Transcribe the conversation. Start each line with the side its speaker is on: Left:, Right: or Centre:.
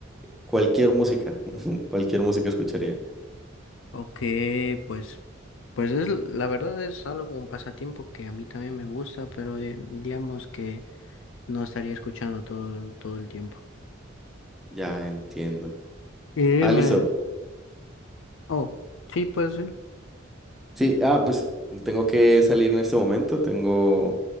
Centre: cualquier música, <laughs> cualquier música escucharía.
Left: Ok, pues, pues es, la verdad es algo, un pasatiempo que a mí también me gusta, pero eh, digamos que no estaría escuchando todo, todo el tiempo.
Centre: Ya entiendo.
Left: Y dime,
Centre: Ah, listo.
Left: oh, sí, pues, sí.
Centre: Sí, ah, pues tengo que salir en este momento. Tengo,